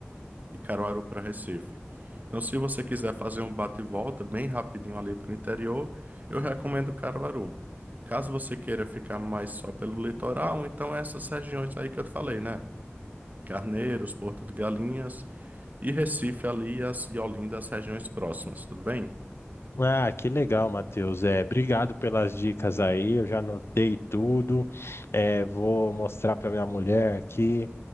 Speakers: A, on the right; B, on the left.
A: de Caruaru para Recife. Então, se você quiser fazer um bate e volta bem rapidinho ali para o interior, eu recomendo Caruaru. Caso você queira ficar mais só pelo litoral, então é essas regiões aí que eu te falei, né? Carneiros, Porto de Galinhas e Recife ali as, e Olinda, as regiões próximas, tudo bem?
B: Ah, que legal, Matheus. É, obrigado pelas dicas aí. Eu já anotei tudo. É, vou mostrar para minha mulher aqui.